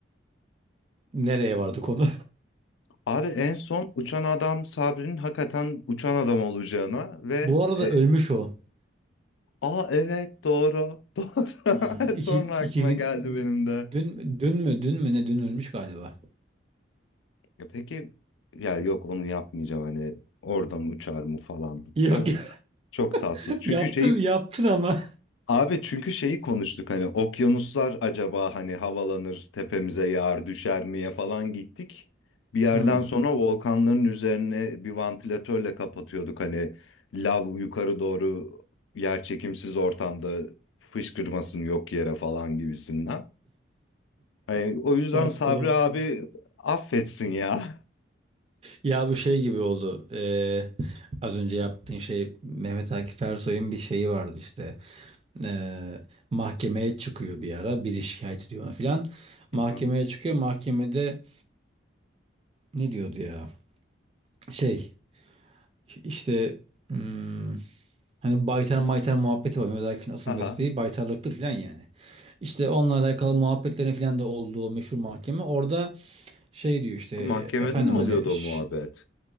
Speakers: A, on the right; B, on the left.
A: Nereye vardı konu?
B: Abi en son uçan adam Sabri'nin hakikaten uçan adam olacağına
A: <laughs>
B: ve
A: Bu arada
B: e,
A: ölmüş o.
B: aa evet doğru <laughs> doğru
A: Ee, iki,
B: sonra aklıma
A: iki gün
B: geldi benim de.
A: dün, dün mü dün mü ne dün ölmüş galiba.
B: Ya peki ya yok onu yapmayacağım hani oradan uçar mı falan
A: Yok
B: da çok tatsız.
A: <laughs>
B: Çünkü
A: yaptın
B: şeyi
A: yaptın ama.
B: Abi çünkü şeyi konuştuk hani okyanuslar acaba hani havalanır tepemize yağar düşer miye falan gittik. Bir yerden
A: Hmm,
B: sonra volkanların üzerine bir vantilatörle kapatıyorduk hani lav yukarı doğru yer çekimsiz ortamda fışkırmasın yok yere falan gibisinden. Hani o yüzden
A: tuhaf
B: Sabri
A: tuhaf.
B: abi affetsin ya.
A: Ya bu şey gibi oldu. Ee, az önce yaptığın şey Mehmet Akif Ersoy'un bir şeyi vardı işte. Ee, mahkemeye çıkıyor bir ara. Biri şikayet ediyor ona filan. Mahkemeye
B: Aha.
A: çıkıyor. Mahkemede ne diyordu ya? Şey işte hmm, hani baytar maytar muhabbeti var. Mehmet Akif'in asıl
B: <laughs>
A: mesleği
B: Aha.
A: baytarlıktır filan yani. İşte onunla alakalı muhabbetlerin filan da olduğu o meşhur mahkeme. Orada şey diyor işte e,
B: Mahkemede
A: efendim
B: mi oluyordu
A: hani ş-
B: o muhabbet?